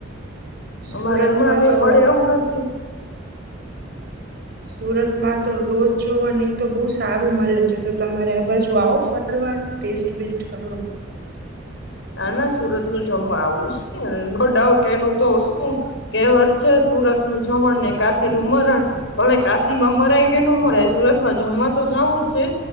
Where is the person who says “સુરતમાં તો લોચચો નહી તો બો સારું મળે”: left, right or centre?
Right